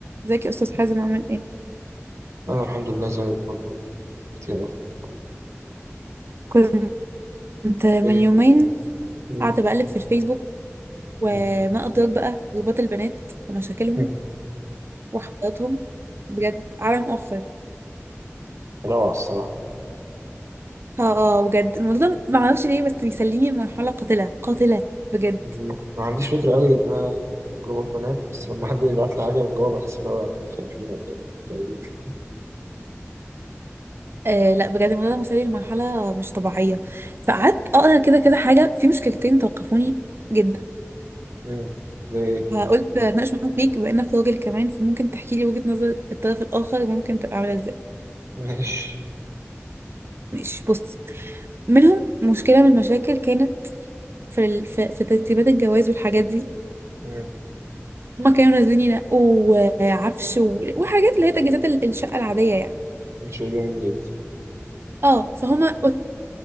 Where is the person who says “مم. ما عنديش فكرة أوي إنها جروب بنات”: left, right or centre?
Right